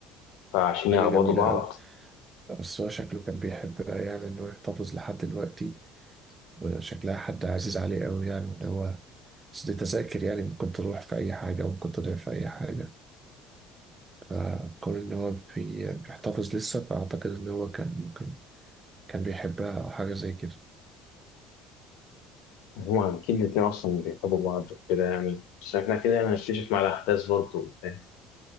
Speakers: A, on the left (about 70°); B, on the right (about 25°).
A: فعشان يعوضوا
B: حاجة جميلة
A: بعض
B: أوي بس هو شكله كان بيحبها يعني إنه يحتفظ لحد دلوقتي وشكلها حد عزيز عليه قوي يعني اللي هو بس دي تذاكر يعني ممكن تروح في أي حاجة وممكن تضيع في أي حاجة فكون إن هو بي- بيحتفظ لسه فأعتقد إن هو كان ممكن كان بيحبها أو حاجة زي كده
A: هما أكيد الاتنين أصلا بيحبوا بعض كده يعني بس إحنا كده يعني هنكتشف مع الأحداث برضه وبتاع